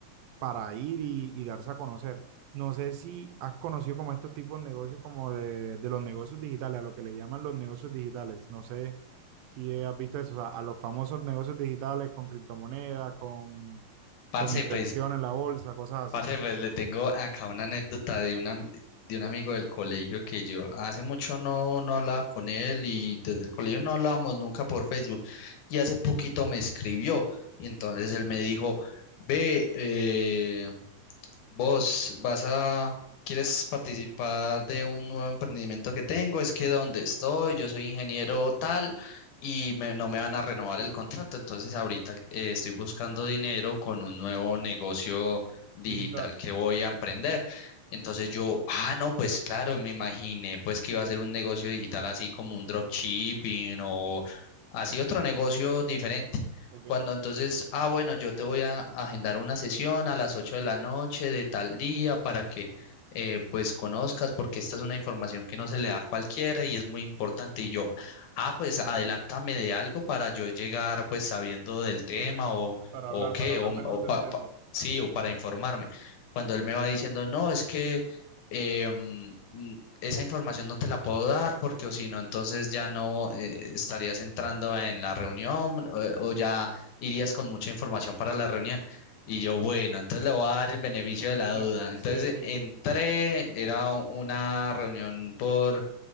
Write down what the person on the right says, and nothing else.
para ir y, y darse a conocer. No sé si has conocido como estos tipos de negocios, como de, de los negocios digitales, a lo que le llaman los negocios digitales. No sé si has visto eso, o sea, a los famosos negocios digitales con criptomonedas, con,
con inversión
en la bolsa, cosas
así.
Digital,
ok,
sí,
para
hablar,
para hablar
mejor
del
tema,
entiendo,
sí,
sí,
sí,